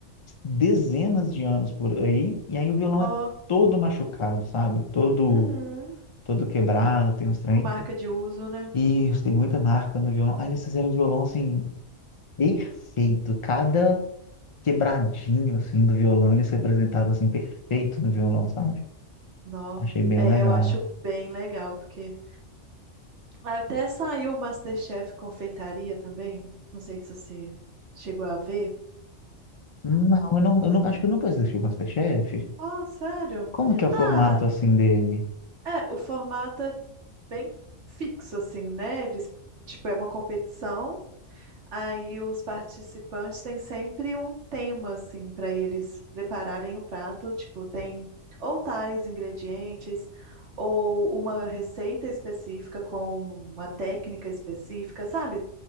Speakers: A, on the left; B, on the right.
A: dezenas de anos por aí. E aí o violão
B: Ó,
A: é todo machucado, sabe? Todo,
B: uhum.
A: todo quebrado, tem uns trem.
B: Com marca de uso, né?
A: E tem muita marca no violão. Aí eles fizeram o violão, assim, perfeito. Cada quebradinho, assim, do violão, eles representaram, assim, perfeito no violão, sabe?
B: Nó.
A: Achei bem
B: É,
A: legal.
B: eu acho bem legal, porque. Até saiu o MasterChef Confeitaria também. Não sei se você chegou a ver.
A: Não, eu não, eu não, acho que eu nunca assisti o MasterChef.
B: Oh, sério?
A: Como que é o formato
B: Ah,
A: assim dele?
B: é, o formato é bem fixo, assim, né? Eles, tipo, é uma competição, aí os participantes têm sempre um tema, assim, para eles prepararem o prato. Tipo, tem ou tais ingredientes, ou uma receita específica com uma técnica específica, sabe?